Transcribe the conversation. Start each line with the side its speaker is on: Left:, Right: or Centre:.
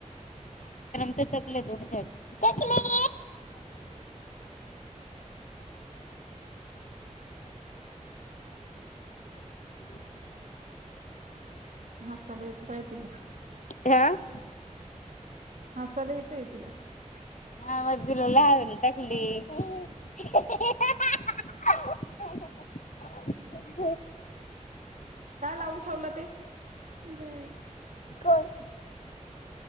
Left: टकल दोन साट टकली <unintelligible> <unintelligible>
Right: हसालेेतो पाली <unintelligible>
Left: हह <unintelligible>
Right: ह सलेयेतयतीला <unintelligible>
Left: हा मधलेला ह ना टाकली <unintelligible> <unintelligible>
Right: काय लावून ठेवलं ते - <unintelligible>
Left: कोड <unintelligible>